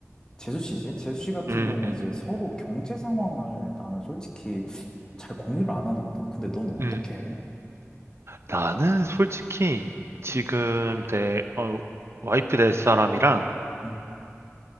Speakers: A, on the left; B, on the right.
A: 재수 씨지? 재수 씨 같은
B: 음,
A: 경우
B: 음,
A: 이제
B: 음,
A: 서로 경제 상황을 나는 솔직히 잘 공유를 안 하거든? 근데 넌 어떻게
B: 음, 음.
A: 해?
B: 나는 솔직히 지금 내 어, 와이프 될 사람이랑
A: 음,